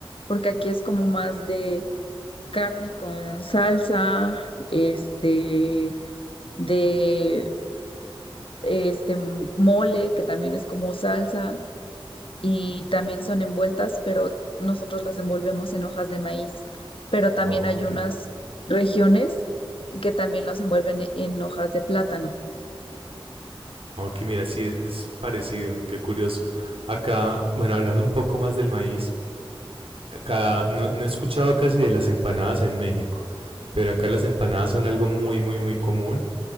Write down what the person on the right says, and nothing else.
Oh,
ok.
Ok, mira, sí, es, es parecido, qué curioso. Acá, bueno, hablando un poco más del maíz, acá no, no he escuchado casi de las empanadas en México, pero acá las empanadas son algo muy, muy, muy común